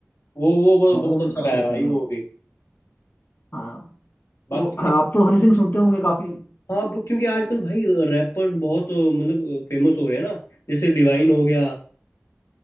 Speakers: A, on the left; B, on the left.
A: वो वो वो
B: हाँ
A: बहुत
B: वो भी
A: अच्छा
B: काफी
A: गाया
B: अच्छा
A: भाई
B: था
A: वो भी
B: हाँ
A: बाकी
B: तो
A: भी-
B: आप तो हनी सिंह सुनते होंगे काफी
A: हाँ वो- क्योंकि आजकल भाई रैपर्स बहुत मतलब फेमस हो रहे हैं ना जैसे डिवाइन हो गया